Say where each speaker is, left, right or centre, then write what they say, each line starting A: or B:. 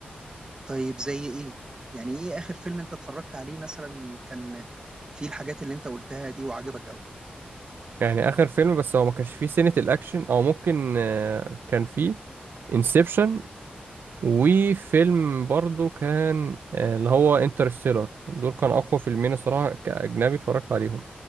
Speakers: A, on the right; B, on the right.
A: طيب زي ايه يعني ايه اخر فيلم انت اتفرجت عليه مثلا كان فيه الحاجات اللي انت قلتها دي وعجبك قوي
B: يعني اخر فيلم بس هو ما كانش فيه سنة الاكشن او ممكن آه، كان فيه انسبشن وفيلم برضو كان آه، اللي هو انترستيلر دول كان اقوى فيلمين الصراحة كاجنبي اتفرجت عليهم